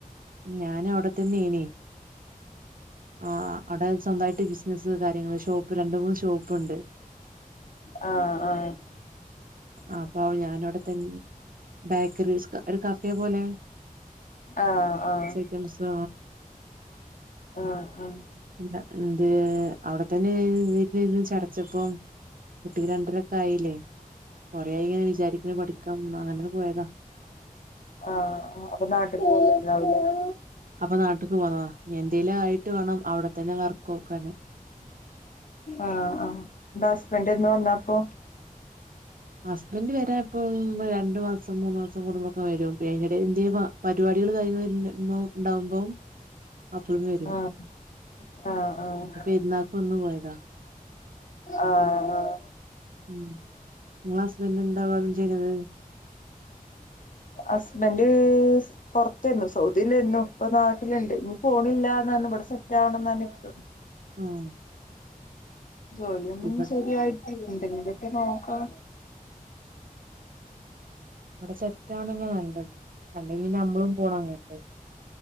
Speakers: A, on the right; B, on the left.
A: ഞാൻ അവിടെത്തന്നെയ്ന്ന്.. ആ അവിടെ സ്വന്തയിട്ട് ബിസിനസ്സ് കാര്യങ്ങള് ഷോപ്പ് രണ്ട് മൂന്ന് ഷോപ്പ് ഉണ്ട്..
B: ആഹ ആഹ..
A: അപ്പ ഞാനവിടെത്തന്നെ ബേക്കറീസ് ഒരു കഫേ പോലെ..
B: ആഹ ആഹ..
A: യം സാൻ..
B: ആഹ ആഹ..
A: പിന്ന എന്ത് അവിടെത്തന്നെ ഇരുന്ന് ഇരുന്ന് ചടച്ചപ്പം.. കുട്ടിക്ക് രണ്ടരൊക്കെ ആയില്ലേ കൊറെആയി ഇങ്ങനെ വിചാരിക്ക്‌ണ് പഠിക്കാൻ പോ അങ്ങനൊണ് പോയതാ..
B: ആഹ അപ്പൊ നാട്ടിൽക് പൊന്നിട്ട് ഉണ്ടാവുംല്ലേ..
A: അപ്പൊ നാട്ട്ക്ക് പോന്നതാ എന്തേലും ആയിട്ട് വേണം അവിടെ തന്നെ വർകോക്കാന്.
B: ആഹ ആഹ് ന്നെട്ട് ഹസ്ബൻറ് എന്ന് വന്നാതാപ്പോ..
A: ഹസ്ബൻഡ് വരെ ഇപ്പം രണ്ടു മാസം മൂന്ന് മാസം കൂടുംമ്പോക്കെ വരും പിന്നെ അയ്ന്റെ എടെൽ എന്തെ.. പരിപാടികൾ കാര്യങ്ങൾ ഉണ്ടാവുമ്പോ.. അപ്പളും വരും..
B: ആഹ് ആഹ്
A: ഇപ്പോ പെരുന്നാൾക്ക് വന്ന് പോയതാ
B: ആഹ്
A: ഉം.. ങ്ങളെ ഹസ്ബൻഡ് എന്താണ് അവിടെ ചെയ്യുന്നത്..
B: ഹസ്ബൻഡ്.. പുറത്തെയിരുന്നു സൗദിയിലെന്നു ഇപ്പൊ നാട്ടിലുണ്ട് ഇനി പോണില്ല ന്ന് പറഞ്ഞു ഇവിടെ സെറ്റ ആവണം ന്ന് പറഞ്ഞ് നിൽക്കാണ്..
A: ആഹ്.
B: ജോലിയൊന്നും
A: ഇവ
B: ശരിയായി എന്തെങ്കെക്കെ നോക്കാം.
A: വടെ സെറ്റാവ്ണെന്നെ നല്ലത്. അല്ലെ പിന്നമ്മളും പോണം അങ്ങട്ട്